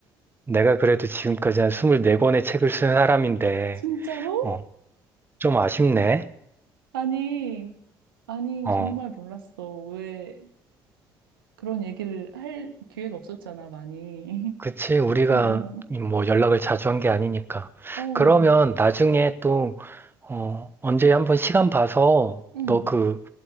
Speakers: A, on the right; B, on the right.
A: 내가 그래도 지금까지 한 24권의 책을 쓴 사람인데,
B: 진짜로?
A: 어, 좀 아쉽네.
B: 아니, 아니,
A: 어.
B: 정말 몰랐어. 왜 그런 얘기를 할 기회가 없었잖아, 많이.
A: 그치,
B: <laughs>
A: 우리가
B: 어, 어,
A: 뭐 연락을 자주 한 게 아니니까.
B: 어,
A: 그러면 나중에 또, 어, 언제 한번 시간 봐서
B: 응.
A: 너 그